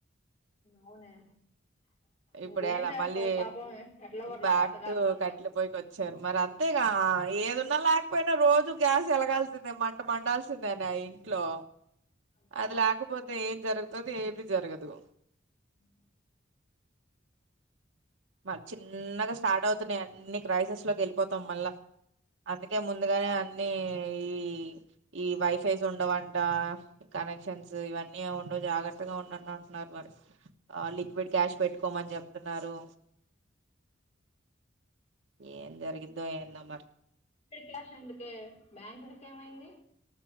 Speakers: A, on the left; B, on the right.
A: అవునే
B: ఇప్పుడు
A: ఇంకేం
B: ఎలా
A: చేస్తారు
B: మళ్ళీ
A: పాపం ఎట్లాగో అట్లా
B: బ్యాక్
A: బతకాలిగా
B: టు కట్టెల పోయికి వచ్చారు మరి అంతేగా ఎదున్నా లేకపోయిన పోయిన రోజు గ్యాస్ ఎలగాల్సిందె మంట మంట ఉండాల్సిందేనె ఇంట్లో
A: అంతే
B: అది
A: పా
B: లేకపోతే ఏం జరుగుతది ఏది జరగదు
A: హుమ్
B: మా చిన్నగ స్టార్ట్ అవుతున్నాయి అన్నిీ క్రైసిస్లోకి వెళ్ళిపోతాం మళ్ళా అందుకే ముందుగానే అన్నీ ఈ ఈ వైఫై తోనె ఉండవంట కనెక్షన్స్ ఇవన్నీ ఉండవు జాగ్రత్త కొత్తగా అని అంటున్నారు మరి ఆ లిక్విడ్ క్యాష్ పెట్టుకోమని చెప్తున్నారు ఏం జరిగిద్దో ఎందొ మరి
A: ఇప్పుడ క్యాష్ ఎందుకే బ్యాంకుల్ కి ఏమైంది